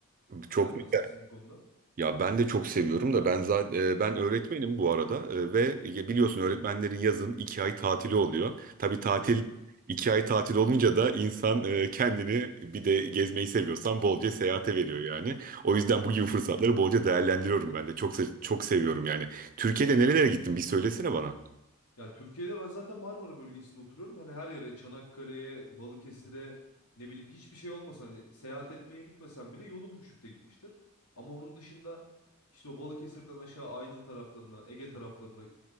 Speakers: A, on the left; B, on the right.
A: Sen
B: Çok güzel.
A: nasılsın bu konuda?
B: Ya ben de çok seviyorum da ben zaten ben öğretmenim bu arada e, ve ya biliyorsun öğretmenlerin yazın iki ay tatili oluyor. Tabii tatil
A: Evet.
B: iki ay tatil olunca da insan e, kendini bir de gezmeyi seviyorsan bolca seyahate veriyor yani. O yüzden bu gibi fırsatları bolca değerlendiriyorum ben de. Çok se- çok seviyorum yani. Türkiye'de nerelere gittin? Bir söylesene bana.
A: Ya Türkiye'de ben zaten Marmara bölgesinde oturuyorum. Hani her yere Çanakkale'ye, Balıkesir'e ne bileyim hiçbir şey olmasa hani seyahat etmeye gitmesem bile yolum düşüp de gitmiştir. Ama onun dışında işte o Balıkesir'den aşağı Aydın taraflarına, Ege taraflarına